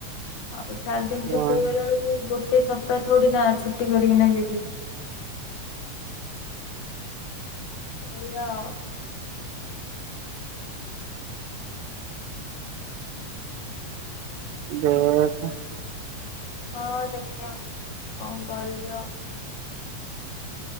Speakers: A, on the left (about 70°); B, on the right (about 75°).
A: ଆଉଟ୍। ଚାର ଦିନି
B: ହଁ
A: ଛୁଟି ହେଇଗଲାଳକୁ ଗୋଟ୍ ଏ ସପ୍ତାହ ଥୋଡ଼ି ନା ଛୁଟି କରିକିନା ଯିବି। ସେଇଆଉ।
B: ଦେ ଏ ଖେ
A: ହଁ ଦେଖିୟା କଣ କରିବି ଆଉ।